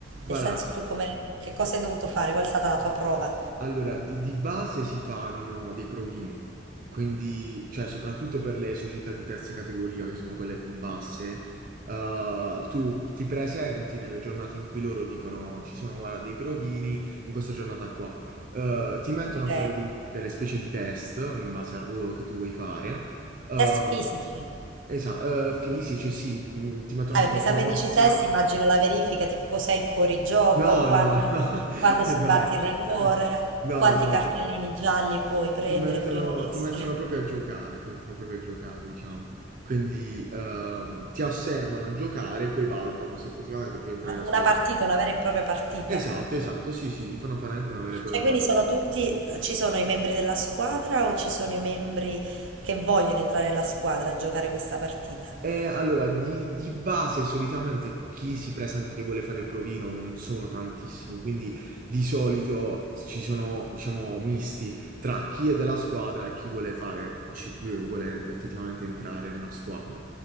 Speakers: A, on the right (about 45°); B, on the right (about 85°).
A: Guarda,
B: Nel senso tu come, che cosa hai dovuto fare? Qual è stata la tua prova?
A: Allora, di, di base si fanno dei provini, quindi, cioè, soprattutto per le società di terza categoria, che sono quelle più basse, eh, tu ti presenti nelle giornate in cui loro dicono ci sono, guarda, dei provini in questa giornata qua. Eh, ti mettono
B: Ok.
A: a fare dei- delle specie di test in base al ruolo che tu vuoi fare. Ehm,
B: Test fisici.
A: esa- eh, fisici, sì, mm, ti mettono
B: Ah,
A: a
B: perché
A: fare
B: se
A: corsa.
B: a me dici test, immagino la verifica, tipo cos'è il fuorigioco,
A: No,
B: quando,
A: no, no, <laughs>
B: quando si batte
A: no,
B: il rigore,
A: <laughs> no,
B: quanti
A: no.
B: cartellini gialli puoi prendere
A: ti mettono,
B: prima di
A: ti
B: essere...
A: mettono proprio a giocare, ti mettono proprio a giocare, diciamo. Quindi ehm, ti osservano a giocare e poi valutano se effettivamente puoi entrare
B: Ma
A: in una
B: una
A: squadra.
B: partita, una vera e propria partita.
A: Esatto, esatto, sì, sì, ti fanno fare anche una vera e propria
B: Cioè, quindi
A: partita.
B: sono tutti, ci sono i membri della squadra o ci sono i membri che vogliono entrare nella squadra a giocare questa partita?
A: Eh, allora, di, di base solitamente chi si presenta che vuole fare il provino non sono tantissimi, quindi di solito ci sono, diciamo, misti tra chi è della squadra e chi vuole fare, ci- chi vuole effettivamente entrare nella squadra.